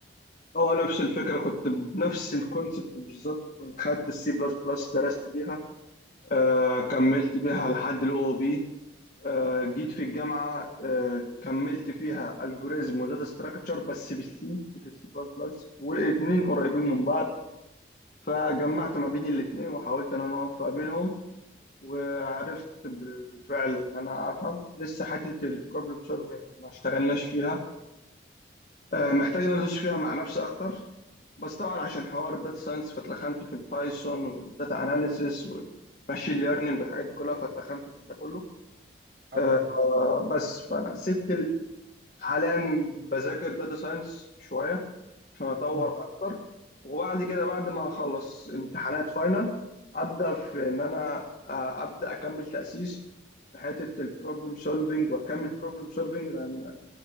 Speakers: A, on the left; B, on the right.
A: هو نفس الفكره كنت بنفس الكونسبت بالظبط كنت خدت السي بلس بلس درست بيها آه كملت بيها لحد الاو بي آه جيت في الجامعه آه كملت فيها الجوريزم وداتا ستراكشر بس بالسي مش السي بلس بلس والاثنين قريبين من بعض فجمعت ما بين الاثنين وحاولت ان انا اوفق بينهم وعرفت بالفعل ان انا افهم لسه حته البروبلم سولفنج ما اشتغلناش فيها آه، محتاج ان انا ادوس فيها مع نفسي اكتر بس طبعا عشان حوار الداتا ساينس فاتلخمت في البايثون والداتا اناليسيس والماشين ليرنينج والحاجات دي كلها فاتلخمت في ده كله
B: ايوه
A: آه،
B: ايوه
A: بس فانا سبت ال- حاليا بذاكر داتا ساينس شويه عشان اطور
B: مم.
A: اكتر وبعد كده بعد ما اخلص امتحانات فاينل ابدا في ان انا آه، ابدا اكمل تاسيس في حته البروبلم سولفنج واكمل بروبلم سولفنج لان